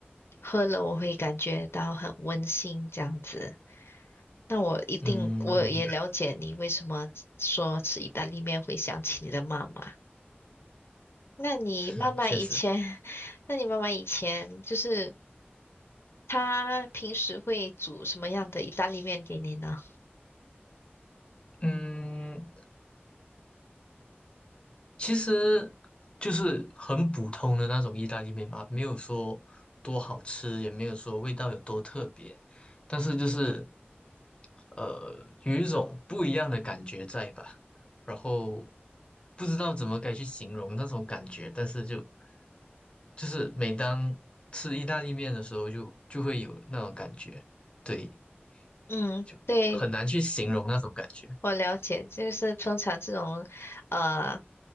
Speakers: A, on the left; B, on the left.
A: 喝了我会感觉到很温馨这样子。那我一定，
B: 嗯，
A: 我也了解你为什么说吃意大利面会想起你的妈妈。
B: 明白
A: 那你妈妈以前，
B: 嗯确实，
A: <laughs> 那你妈妈以前就是她平时会煮什么样的意大利面给你呢？
B: 嗯。其实就是很普通的那种意大利面吧，没有说多好吃，也没有说味道有多特别，但是就是呃有一种不一样的感觉在吧，然后不知道怎么该去形容那种感觉，但是就就是每当吃意大利面的时候就，就会有那种感觉，对，
A: 嗯，
B: 就很难去形容那种感觉，
A: 对。我了解，就是通常这种，呃，